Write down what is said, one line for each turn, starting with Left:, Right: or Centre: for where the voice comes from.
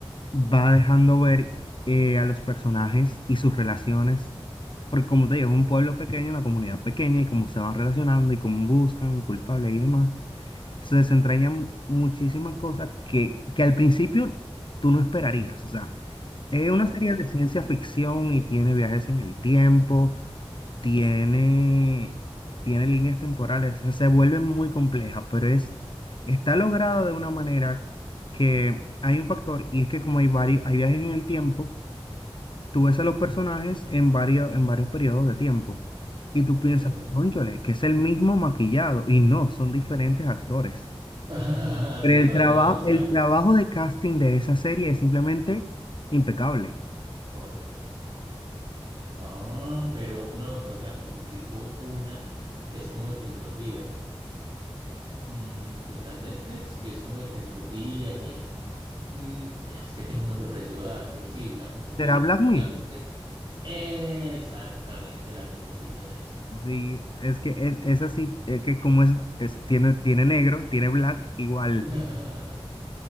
Left: va dejando ver eh, a los personajes y sus relaciones. Porque como te digo, es un pueblo pequeño, una comunidad pequeña y cómo se van relacionando y cómo buscan culpables y demás. Se desentrañan muchísimas cosas que, que al principio tú no esperarías. O sea, es
Right: Ok,
Left: una serie de ciencia ficción y tiene viajes en el tiempo, tiene, tiene líneas temporales, o sea, se vuelve muy compleja, pero es, está lograda de una manera que hay un factor, y es que como hay varios, hay viajes en el tiempo, tú ves a los personajes en varios, en varios periodos de tiempo, y tú piensas,
Right: ve.
Left: cónchale, que es el mismo maquillado, y no, son diferentes actores.
Right: <laughs> Así
Left: Pero
Right: de parecido
Left: el trabajo,
Right: lo buscaron.
Left: el trabajo de casting de esa serie es simplemente impecable.
Right: Ok. Ah, pero no, entonces sí la confundí con una que es como de tecnología, mm, que está en Netflix y es como de tecnología, que mm, es que tiene un nombre parecido a dar, pero sí, la confundí.
Left: ¿Será Black Mirror?
Right: La que, es- exactamente, la confundí con eso.
Left: Sí, es que es, es así, es que como es, es- tiene, tiene negro, tiene black, igual,
Right: <laughs>